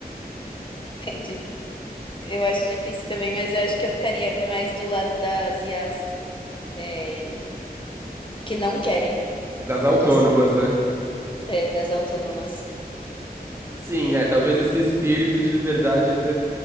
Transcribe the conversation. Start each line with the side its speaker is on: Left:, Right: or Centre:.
Left: <laughs> Entendi. Eu acho difícil também, mas eu acho que eu ficaria mais do lado das IAs é, que não querem,
Right: Das autônomas,
Left: que se-
Right: né?
Left: é, das autônomas.
Right: Sim, é, talvez esse espírito de liberdade ainda